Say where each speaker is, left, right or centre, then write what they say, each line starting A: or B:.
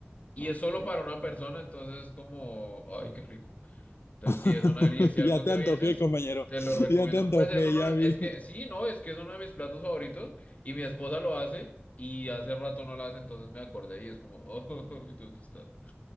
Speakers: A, on the left; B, on the left.
A: Y
B: Ok.
A: es solo para una persona, entonces es como, ay, qué rico. Entonces,
B: <laughs>
A: sí, es una delicia. Si
B: ya
A: algún
B: te
A: día
B: antojé,
A: vienes,
B: compañero.
A: te lo recomiendo.
B: Ya te antojé,
A: Pues es uno,
B: ya vi.
A: es que, sí, no, es que es uno de mis platos favoritos y mi esposa lo hace y hace rato no lo hace, entonces me acordé y es como, oh, <laughs> ¿dónde está?